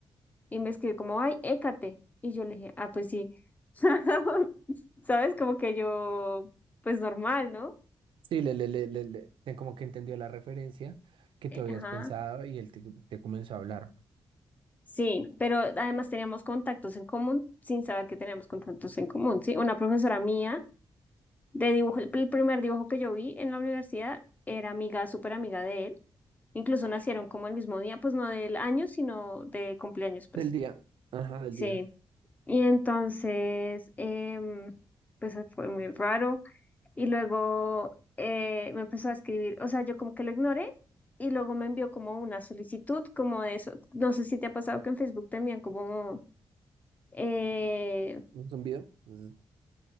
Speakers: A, on the left (about 20°); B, on the right (about 75°).
A: y me escribe como, ay, écate. Y yo le dije, ah, pues sí. <laughs> ¿Sabes? Como que yo, pues normal, ¿no?
B: Sí, le, le, le, le, le- te- como que entendió la referencia que tú
A: Eh,
B: habías
A: Ajá.
B: pensado y él te, te comenzó a hablar.
A: Sí, pero además teníamos contactos en común sin saber que teníamos contactos en común, ¿sí? Una profesora mía de dibujo, el el primer dibujo que yo vi en la universidad era amiga, súper amiga de él. Incluso nacieron como el mismo día, pues no del año, sino de cumpleaños, pues.
B: Del día. Ajá, del
A: Sí,
B: día.
A: Y entonces, em, pues eh, fue muy raro. Y luego eh, me empezó a escribir, o sea, yo como que lo ignoré y luego me envió como una solicitud, como de eso. No sé si te ha pasado que en Facebook te envían como, eh,
B: ¿Un zumbido? Zzz.